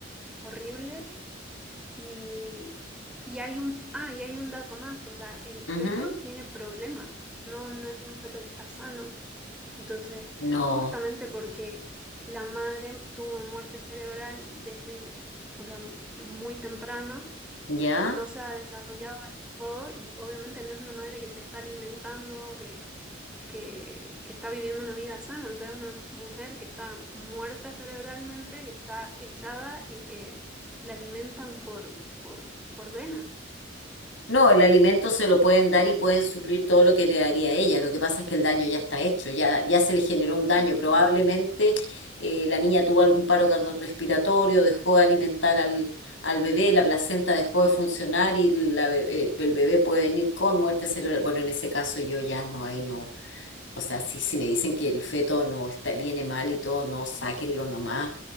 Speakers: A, in the centre; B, on the left.
A: horrible. Y, y hay un, ah, y hay un dato más, o sea, el feto
B: Ujú.
A: tiene problemas, no, no es un feto que está sano. Entonces,
B: No,
A: justamente porque la madre tuvo muerte cerebral desde, o sea, muy temprano,
B: ¿ya?
A: no se ha desarrollado del todo y obviamente no es una madre que se está alimentando, que, que, que está viviendo una vida sana, o sea, es una mujer que está muerta cerebralmente, que está echada y que la alimentan por, por, por vena.
B: No, el alimento se lo pueden dar y pueden suplir todo lo que le daría a ella. Lo que pasa es que el daño ya está hecho, ya, ya se le generó un daño.
A: Ujú,
B: Probablemente eh, la niña tuvo algún paro cardiorrespiratorio, dejó de alimentar al, al bebé, la placenta dejó de funcionar y la be- eh, el bebé puede venir con muerte cerebral. Bueno, en ese caso yo ya no, ahí no. O sea, si, si me dicen que el feto no está, viene mal y todo, no, sáquenlo nomás.